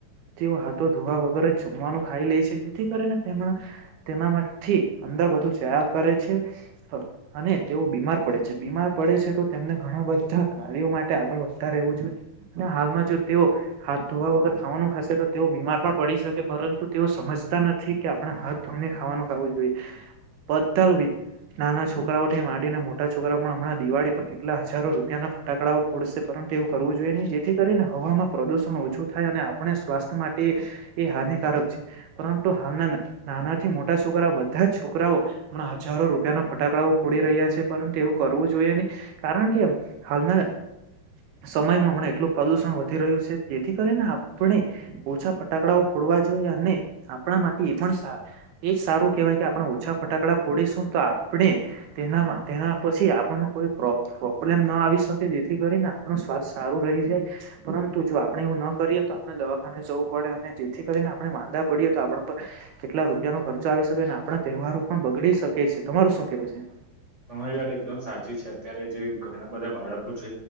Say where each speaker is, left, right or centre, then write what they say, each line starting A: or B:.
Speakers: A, on the right; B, on the right.
A: તેઓ હાથો ધોવા વગર જમવાનું ખાઈ લે છે જેથી કરીને તેમને તેના માટે થી અંદર બધું જયા કરે છે અને તેઓ બીમાર પડે છે બીમાર પડે છે તો તેમને ઘણા બધા કાર્યો માટે આગળ વધતા રહેવું જોઈએ અને હાલમાં જો તેઓ હા ધોવા વગર ખાવાનું હશે તો તેઓ બીમાર પણ પડી શ પરંતુ તેઓ સમજતા નથી કે આપણે હાથ ધોઈને ખાવાનું ખાવું જોઈએ. બધલ વિ નાના છોકરાઓથી માંડીને મોટા છોકરાઓ પણ હમણાં દિવાળી પર કેટલા હજારો રૂપિયાના ફટાકડાઓ ફોડશે પરં તુ તેવું કરવું જોઈએ નહીં જેથી કરીને હવામાં પ્રદૂષણ ઓછું થાય અને આપણે સ્વાસ્થ્ય માટે એ હાનિકારક પરંતુ હાલના નાનાથી મો ટા છોકરા બધા જ છોકરાઓ અમણા હજારો રૂપિયાના ફટાકડાઓ છોડી રહ્યા છે, પરંતુ એવું કરવું જોઈએ નહી કારણ કેમ હાલના સમયમાં હમણે એટલું પ્રદુષણ વધી રહ્યું છે, જેથી કરીને આપણે ઓછા ફટાકડાો વા જોઈએ, અને આપણા માટે એ પણ એજ સારું કેહેવાય કે આપણે ઓછા ફટાકડા ફોડીશું તો આપણે તેનામાં તેના પછી આપણને કોઈ પ્રોબ્લેમ ના આવી શકે તેથી કરીને આપણુ સ્વાસ્થ સારું રહી જાય, પરંતુ જો આપણે ન કરીએ તો આપણે દવાખાને જવું પડે અને જેથી કરીને આપણે માદા પડીએ તો આપણા ઉપર કેટલા રૂપિયા રૂપિયા નો ખર્ચો આવી શકે આપણા તહેવારો પણ બગડી શકે છે, તમારું શું કેવું છે?
B: તમારી વાત એકદમ સાચી છે, અત્યારે જે ઘણા બધા બાળકો છે